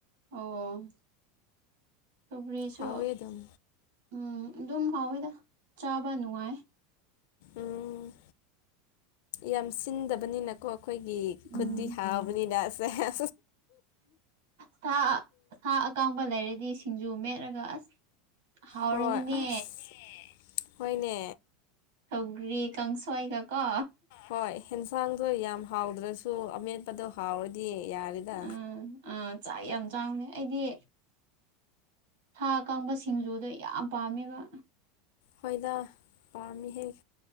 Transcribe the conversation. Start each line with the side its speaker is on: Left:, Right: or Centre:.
Right: ꯑꯣ ꯁꯧꯒꯔꯤꯁꯨ
Left: ꯍꯥꯎꯋꯦ ꯑꯗꯨꯝ
Right: ꯎꯝ ꯑꯗꯨꯝ ꯍꯥꯎꯋꯤꯗ ꯆꯥꯕ ꯅꯨꯡꯉꯥꯏ
Left: ꯎꯝ ꯌꯥꯝ ꯁꯤꯟꯗꯕꯅꯤꯅꯀꯣ ꯑꯩꯈꯣꯏꯒꯤ
Right: ꯎꯝ
Left: ꯈꯨꯠꯇꯤ ꯍꯥꯎꯕꯅꯤꯅꯁꯦ ꯑ
Right: ꯁꯥ ꯁꯥ ꯑꯀꯥꯡꯕ ꯂꯩꯔꯗꯤ ꯁꯤꯡꯖꯨ ꯃꯦꯠꯂꯒ ꯑꯁ ꯍꯥꯎꯔꯅꯤꯅꯦ
Left: ꯍꯣꯏ ꯑꯁ ꯍꯣꯏꯅꯦ
Right: ꯁꯧꯒ꯭ꯔꯤ ꯀꯥꯡꯁꯣꯏꯒ ꯀꯣ
Left: ꯍꯣꯏ ꯑꯦꯟꯁꯥꯡꯗꯣ ꯌꯥꯝ ꯍꯥꯎꯗ꯭ꯔꯁꯨ ꯁ ꯑꯃꯦꯠꯄꯗꯣ ꯍꯥꯎꯔꯗꯤ ꯌꯥꯔꯦꯗ
Right: ꯑꯥ ꯑꯥ ꯆꯥꯛ ꯌꯥꯝ ꯆꯥꯎꯅꯦ ꯑꯩꯗꯤ ꯊꯥ ꯀꯪꯕ ꯁꯤꯡꯖꯨꯗ ꯌꯥꯝ ꯄꯥꯝꯃꯦꯕ
Left: ꯍꯣꯏꯗ ꯄꯥꯝꯃꯤꯍꯦꯛ